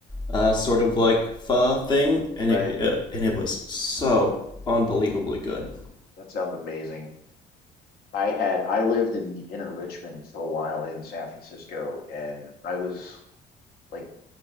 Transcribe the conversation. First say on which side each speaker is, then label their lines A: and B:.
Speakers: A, on the left (about 25°); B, on the left (about 65°).
A: uh, sort of like pho thing, and
B: right.
A: it, it and it was so unbelievably good.
B: That sounds amazing. I had I lived in the inner Richmond for a while in San Francisco, and I was like